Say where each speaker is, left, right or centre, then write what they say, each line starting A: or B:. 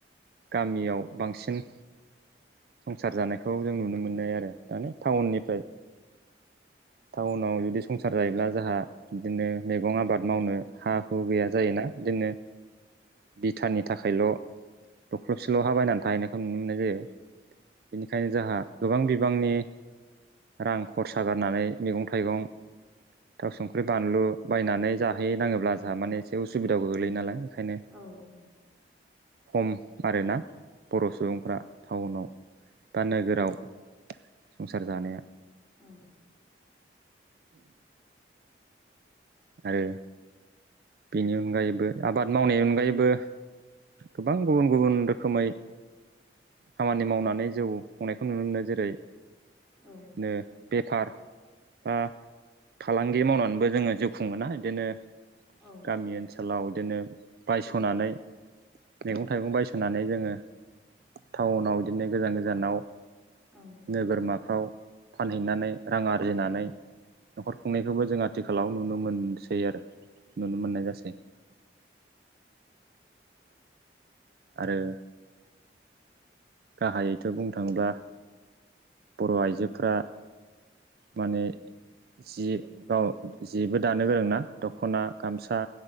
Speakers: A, on the right; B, in the centre.
A: गामियाव बांसिन संसार जानायखौ जों नुनो मोननाय आरो दानि टाउननिफ्राय टाउनाव जुदि संसार जायोब्ला जोंहा बिदिनो मैगं आबाद मावनो हा हु गैया जायोना जोङो भुथानानि थाखायल' दख्लबसेल' ह बायनानै थाहैनायखौ नुनो मोननाय जायो बेनिखायनो जोंहा गोबां बिबांनि रां खरसा गारनानै मैगं थाइगं थााव संख्रि बानलु बायनानै जाहै नाङोब्ला जोंहा माने एसे उसुबिदाबो गोगैयो नालायओंखायनो
B: औ औ
A: खम आरोना बर' सुबुंफ्रा टाउनाव दा नोगोराव संसार जानाया
B: औ
A: आरो बेनि अनगायैबो आबाद मावनायनि अनगायैबो गोबां गुबुन गुबुन रोखोमै खामानि मावनानै जौ खुंनायखौ नुनो मोनो जेरै
B: औ
A: बिनो बेफार बा फालांगि मावनानैबो जोङो जिउ खुंबोनो हायो बिदिनो
B: औ औ
A: गामि ओनसोलाव बिदिनो बायस'नानै मैगं थाइगं बायस' नानै जोङो टाउनाव बिदिनो गोजान गोजानाव
B: औ
A: नोगोरमाफ्राव फानहैनानै रां आरजिनानै न'खर खुंनाय जा बेखौबो जों आथिखालाव नुनो मोनसै आरो नुनो मोननाय जासै आरो गाहायैथ' बुंनो थांब्ला बर' आइजोफोरा्रा माने जि गाव जिेबो दानो गोरोंनाा दख'ना गामसा